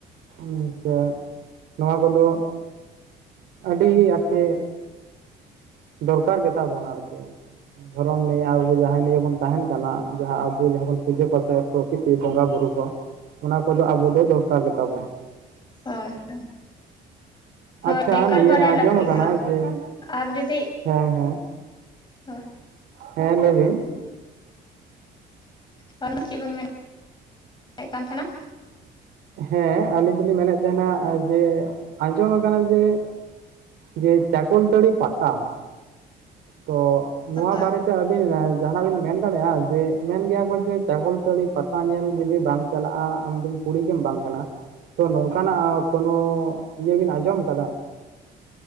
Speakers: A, on the right (about 75°); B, on the left (about 25°).
A: ᱦᱩᱸ ᱥᱮ ᱱᱚᱣᱟ ᱠᱚᱫᱚ ᱟᱹᱰᱤ ᱟᱨᱠᱮ ᱫᱚᱨᱠᱟᱨ ᱜᱮ ᱛᱟᱵᱚᱱ ᱟᱨᱠᱤ ᱫᱷᱚᱨᱚᱢ ᱱᱤᱭᱮ ᱟᱵᱚ ᱡᱟᱦᱟᱸᱭ ᱱᱤᱭᱮ ᱵᱚᱱ ᱛᱟᱦᱮᱱ ᱠᱟᱱᱟ ᱡᱟᱦᱟᱸ ᱟᱵᱚ ᱡᱟᱦᱟᱸ ᱵᱚᱱ ᱯᱩᱡᱟᱹ ᱯᱟᱥᱮ ᱯᱨᱚᱠᱤᱛᱤ ᱵᱚᱸᱜᱟ ᱵᱩᱨᱩ ᱠᱚ ᱚᱱᱟ ᱠᱚᱫᱚ ᱟᱵᱚ ᱫᱚ ᱫᱚᱨᱠᱟᱨ ᱜᱮ ᱛᱟᱵᱚᱱ
B: ᱦᱳᱭ ᱦᱮᱸ
A: ᱟᱪᱪᱷᱟ
B: ᱦᱳᱭ ᱮᱠᱟᱞ
A: ᱱᱤᱭᱟᱹ
B: ᱵᱟᱰᱟᱭ
A: ᱟᱸᱡᱚᱢ
B: ᱞᱟᱹᱠᱛᱤ
A: ᱟᱠᱟᱱᱟ
B: ᱠᱟᱱᱟ
A: ᱡᱮ
B: ᱟᱨ ᱡᱩᱫᱤ
A: ᱦᱮᱸ ᱦᱮᱸ
B: ᱦᱳᱭ
A: ᱦᱮᱸ ᱞᱟᱹᱭ ᱵᱤᱱ
B: ᱵᱚᱢ ᱪᱮᱫ ᱵᱮᱱ ᱢᱮᱱᱮᱫ ᱢᱮᱱᱮᱫ ᱛᱟᱦᱮᱱᱟ <inaudible>
A: ᱦᱮᱸ ᱟᱹᱞᱤᱧ ᱫᱚᱞᱤᱧ ᱢᱮᱱᱮᱫ ᱛᱟᱦᱮᱱᱟ ᱡᱮ ᱟᱸᱡᱚᱢ ᱟᱠᱟᱱᱟ ᱡᱮ ᱡᱮ ᱪᱟᱠᱚᱞᱛᱟᱹᱲᱤ ᱯᱟᱛᱟ ᱛᱚ ᱱᱚᱣᱟ
B: ᱦᱳᱭ
A: ᱵᱟᱨᱮᱛᱮ ᱟᱹᱵᱤᱱ ᱡᱟᱦᱱᱟᱜ ᱵᱮᱱ ᱢᱮᱱ ᱫᱟᱲᱮᱭᱟᱜᱼᱟ ᱡᱮ ᱢᱮᱱ ᱜᱮᱭᱟ ᱠᱚ ᱡᱮ ᱪᱟᱠᱚᱞ ᱫᱟᱹᱲᱤ ᱯᱟᱛᱟ ᱧᱮᱞ ᱡᱩᱫᱤ ᱵᱟᱢ ᱪᱟᱞᱟᱜᱼᱟ ᱟᱢᱫᱚᱢ ᱠᱩᱲᱤ ᱜᱮᱢ ᱵᱟᱝ ᱠᱟᱱᱟ ᱛᱚ ᱱᱚᱝᱠᱟᱱᱟᱜ ᱠᱳᱱᱳ ᱤᱭᱟᱹ ᱵᱤᱱ ᱟᱸᱡᱚᱢ ᱟᱠᱟᱫᱟ